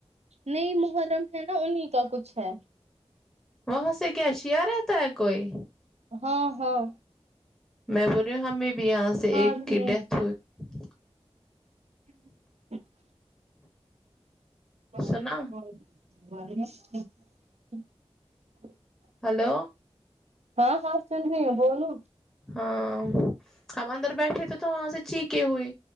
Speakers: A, on the right (about 80°); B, in the centre.
A: نئی محرم ہے نا انہیں کا کچھ ہے
B: وہاں سے کیا شیا رہتا ہے کوئی
A: ہاں ہاں
B: میں بول رہی ہوں ہمیں بھی یہاں سے
A: ہاں
B: ایک
A: ٹھیک
B: کی ڈیتھ ہوئی <inaudible>
A: <inaudible> ا
B: ہوئی سنا
A: <inaudible> <inaudible>
B: ہلو
A: ہاں ہاں سن رہی ہ بولو
B: ہاں ہم اندر بیٹھے تھے تو وہاں سے چیخے ہوئے